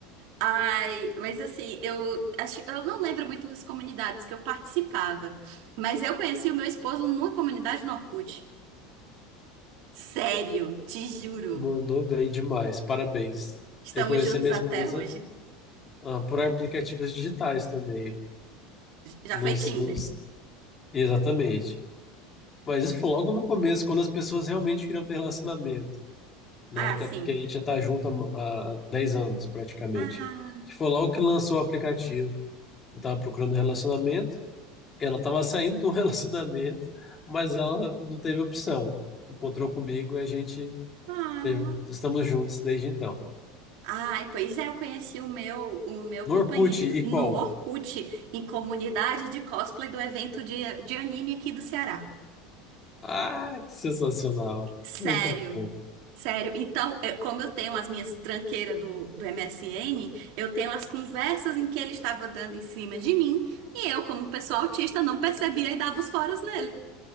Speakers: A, on the right (about 65°); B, on the left (about 25°).
A: Ai, mas assim, eu acho, eu não lembro muito as comunidades que eu participava, mas eu conheci o meu esposo numa comunidade no Orkut. Sério, te juro.
B: Mandou bem demais. Parabéns.
A: Estamos
B: Eu conheci
A: juntos
B: minha
A: até
B: esposa,
A: hoje.
B: ah, por aplicativos digitais também.
A: Já
B: Nos,
A: foi Tinder?
B: nos... Exatamente. Mas isso foi logo no começo, quando as pessoas realmente queriam ter relacionamento, né?
A: Ah,
B: Até
A: sim.
B: porque a gente já está junto há, há 10 anos, praticamente.
A: Ah,
B: Que foi logo que lançou o aplicativo. Eu estava procurando relacionamento, ela estava saindo do <laughs> relacionamento, mas ela não teve opção. Encontrou comigo e a gente
A: ah.
B: Teve- Estamos juntos desde então.
A: Ai, pois é, eu conheci o meu, o meu
B: No
A: companheiro
B: Orkut e
A: no
B: qual?
A: Orkut, em comunidade de cosplay do evento de, de anime aqui do Ceará.
B: Ah, que sensacional.
A: Sério,
B: Muito bom.
A: sério. Então, eu- como eu tenho as minhas tranqueiras do, do MSN, eu tenho as conversas em que ele estava dando em cima de mim, e eu, como pessoa autista, não percebia e dava os foras nele.